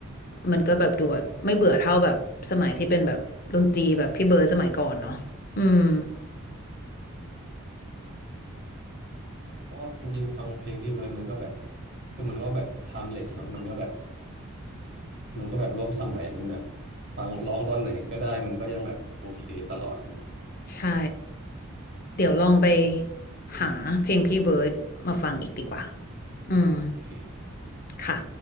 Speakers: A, on the left; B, on the right.
A: มันก็แบบดูแบบไม่เบื่อเท่าแบบสมัยที่เป็นแบบดนตรีแบบพี่เบิร์ดสมัยก่อนเนาะอืม
B: เพราะว่าจริงๆฟังเพลงพี่เบิร์ดมันก็แบบคือมันก็แบบ timeless เนาะมันก็แบบมันก็แบบร่วมสมัยมันแบบฟังร้องตอนไหนก็ได้มันก็ยังแบบโอเคตลอด
A: ใช่เดี๋ยวลองไปหาเพลงพี่เบิร์ดมาฟังอีกดีกว่าอืม
B: โอเค
A: ค่ะ